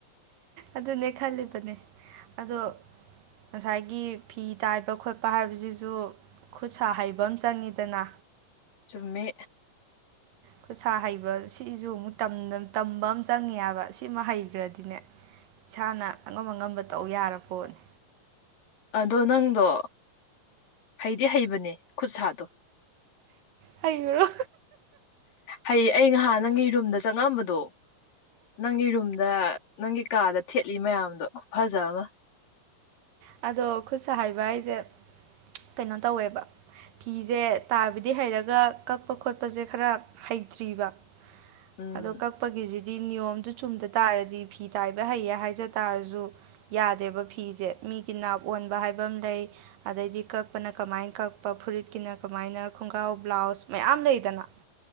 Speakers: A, on the right; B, on the left.
A: ꯑꯗꯨꯅꯦ ꯈꯜꯂꯤꯕꯅꯦ ꯑꯗꯣ ꯉꯁꯥꯏꯒꯤ ꯐꯤ ꯇꯥꯏꯕ ꯈꯣꯠꯄ ꯍꯥꯏꯕꯖꯤꯖꯨ ꯈꯨꯠ ꯁꯥ ꯍꯩꯕ ꯑꯃ ꯆꯪꯉꯤꯗꯅ
B: ꯆꯨꯝꯃꯤ
A: ꯈꯨꯠ ꯁꯥ ꯍꯩꯕ ꯁꯤꯖꯨ ꯑꯃꯨꯛ ꯇꯝꯗ ꯇꯝꯕ ꯑꯝ ꯆꯪꯉꯤ ꯍꯥꯏꯕ ꯁꯤꯃ ꯍꯩꯒ꯭ꯔꯗꯤꯅꯦ ꯏꯁꯥꯅ ꯑꯉꯝ ꯑꯉꯝꯕ ꯇꯧ ꯌꯥꯔꯄꯣꯠꯅꯦ
B: ꯑꯗꯣ ꯅꯪꯗꯣ ꯍꯩꯗꯤ ꯍꯩꯕꯅꯦ ꯈꯨꯠ ꯁꯥꯗꯣ
A: ꯍꯩꯌꯨꯔꯣ
B: ꯍꯩ ꯑꯩ ꯅꯍꯥꯟ ꯅꯪꯒꯤ ꯔꯨꯝꯗ ꯆꯪꯉꯝꯕꯗꯣ ꯅꯪꯒꯤ ꯔꯨꯝꯗ ꯅꯪꯒꯤ ꯀꯥꯗ ꯊꯦꯠꯂꯤ ꯃꯌꯥꯝꯗꫭ ꯈꯨꯐꯖ ꯑꯃ
A: ꯑꯗꯣ ꯈꯨꯠ ꯁꯥ ꯍꯩꯕ ꯍꯥꯏꯖꯦ ꯀꯩꯅꯣ ꯇꯧꯋꯦꯕ ꯐꯤꯖꯦ ꯇꯥꯏꯕꯗꯤ ꯍꯩꯔꯒ ꯀꯛꯄ ꯈꯣꯠꯄꯖꯦ ꯈꯔ ꯍꯩꯇ꯭ꯔꯤꯕ
B: ꯎꯝ
A: ꯑꯗꯣ ꯀꯛꯄꯒꯤꯖꯤ ꯗꯤ ꯅꯤꯌꯣꯝꯗꯨ ꯆꯨꯝꯗ ꯇꯥꯔꯗꯤ ꯐꯤ ꯇꯥꯏꯕ ꯍꯩꯌꯦ ꯍꯥꯏꯖ ꯇꯥꯔꯖꯨ ꯌꯥꯗꯦꯕ ꯐꯤꯖꯦ ꯃꯤꯒꯤ ꯅꯥꯞ ꯑꯣꯟꯕ ꯍꯥꯏꯕ ꯑꯃ ꯂꯩ ꯑꯗꯩꯗꯤ ꯀꯛꯄꯅ ꯀꯃꯥꯏ ꯀꯛꯄ ꯐꯨꯔꯤꯠꯀꯤꯅ ꯀꯃꯥꯏꯅ ꯈꯣꯡꯒꯥꯎ ꯕ꯭ꯂꯥꯎꯁ ꯃꯌꯥꯝ ꯂꯩꯗꯅ